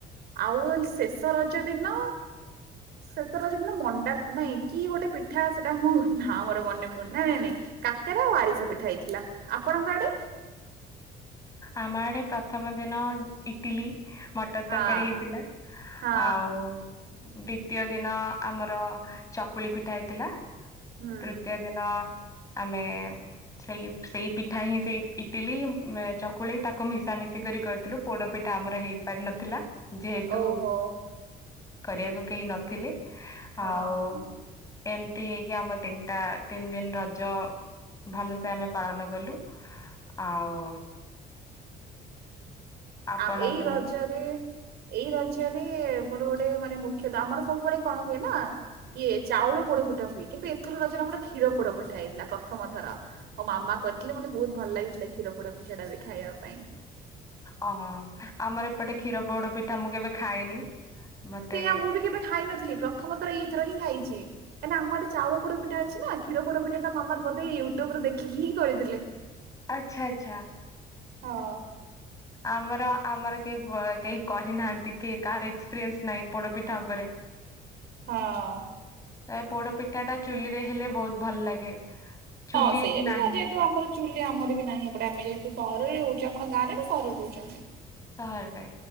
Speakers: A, on the right; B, on the left.
A: ଆଉ ହେଲ୍ ଶେଷ ରଜ ଦିନ, ଶେଷ ରଜ ଦିନ ମଣ୍ଡା ନାଇଁ କି ଗୋଟେ ପିଠା ସେଟା ମୋର୍ ନାଁ ମୋର ମନେ ପଡୁନି, ନାଇଁ-ନାଇଁ-ନାଇଁ। କାକେରା ଆଉ ଆରିସା ପିଠା ହେଇଥିଲା, ଆପଣଙ୍କ ଆଡେ?
B: ଆମ ଆଡେ ପ୍ରଥମ ଦିନ ଇଟିଲି ମଟର
A: ହଁ
B: ତରକାରୀ ହେଇଥିଲା,
A: ହଁ
B: ଆଉ ଦ୍ଵିତୀୟ ଦିନ ଆମର ଚକୁଳି ପିଠା ହେଇଥିଲା,
A: ହୁଁ
B: ତୃତୀୟ ଦିନ ଆମେ ସେଇ-ସେଇ ପିଠା ହିଁ ସେଇ ଇଟିଲି ମ୍ ଚକ୍ କୁଳି ତାକୁ ମିଶାମିଶି କରି କରିଥିଲୁ। ପୋଡ ପିଠା ଆମର ହେଇପାରି ନଥିଲା, ଯେହେତୁ
A: ଓହୋ
B: କରିଆକୁ କେହି ନଥିଲେ,
A: ହଁ।
B: ଆଉ ଏମ୍ତି ହେଇକି ଆମ ତିନିଟା ତିନି ଦିନ ରଜ ଭଲ ସେ ଆମେ ପାଳନ କଲୁ, ଆଉ ଆପଣ
A: ଆଉ ଏଇ
B: କୁହନ୍ତୁ
A: ରଜରେ ଏଇ ରଜରେ ମୋର ଗୋଟେ ମାନେ ମୁଖ୍ୟତ ଆମର ସବୁବେଳେ କଣ ହୁଏ ନା। ଇଏ ଚାଉଳ ପୋଡପିଠା ହୁଏ କିନ୍ତୁ ଏଥର ନଜରେ ଆମର କ୍ଷୀର ପୋଡପିଠା ହେଇଥିଲା ପ୍ରଥମ ଥର। ମୋ ମାମା କରିଥିଲେ, ମୋତେ ବହୁତ ଭଲ ଲାଗିଥିଲା କ୍ଷୀର ପୋଡା ଟା ଖାଇବା ପାଇଁ।
B: ଓହୋ ଆମର ଏପଟେ କ୍ଷୀର ପୋଡ ପିଠା ମୁଁ କେବେ ଖାଇନି। ମତେ
A: ତ ଏୟା ମୁଁ ବି କେବେ ଖାଇ ନଥିଲି ପ୍ରଥମଥର ଏଇଥର ହିଁ ଖାଇଛି। କାରଣ ଆମ ଆଡେ ଚାଉଳ ପୋଡୋ ପିଠା ଅଛି ନା କ୍ଷୀର ପୋଡୋ ପିଠା ମାମା ବଧେ ୟୁଟ୍ୟୁବ୍ ରୁ ଦେଖିକି ହିଁ କରିଥିଲେ।
B: ଆଚ୍ଛା ଆଚ୍ଛା।
A: ହଁ
B: ଆମର ଆମର କେହି କେହି କରିନାହାନ୍ତି କେହି କାହାର ଏକ୍ସ୍ ପିରିଏନ୍ସ ନାହିଁ, ପୋଡ ପିଠା ଉପରେ।
A: ହଁ।
B: ଏ ପୋଡପିଠା ଟା ଚୁଲିରେ ହେଲେ ବହୁତ୍ ଭଲ ଲାଗେ। ଚୁଲି
A: ହଁ ସେଇଆ,
B: ଏଠି
A: କିନ୍ତୁ
B: ନାହିଁ
A: ଯେହେତୁ ଆମର ଚୁଲି ଆମର ବି ନାହିଁ ଏପଟେ, ଆମେ ଯେହେତୁ ସହରରେ ରହୁଚୁ ଆପଣ ଗାଁରେ ନା ସହରରେ ରହୁଛନ୍ତି?
B: ସହରରେ।